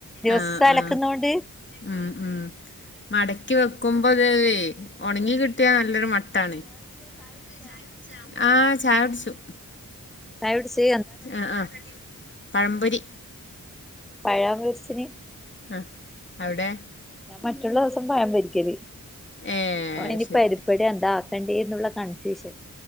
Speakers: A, in the centre; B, on the left.
A: ദിവസം
B: ആ
A: അലക്കുന്നൊണ്ട്
B: ആ ഉം ഉം മടക്കി വെക്കുമ്പോ അത് തേ ഉണങ്ങി കിട്ടിയാ നല്ലൊരു മട്ട ട്ടാണ്. ഇങ്ങള് ചായ കുടിച്ചാ? ആ ചായൊടിച്ചു
A: ചായോടിച്ച്
B: ആഹ് ആഹ് പഴമ്പൊരി
A: പഴാ പൊരിച്ചിന്
B: ആഹ് അവിടെ
A: പറ്റണദിവസം പയം പൊരിക്കല്
B: ഏഹ്
A: ഇപ്പ ഓനിനി
B: ശരി
A: പരിപ്പെടെ എന്താ എന്തേയ്യുന്നുള്ള കൺഫ്യൂഷൻ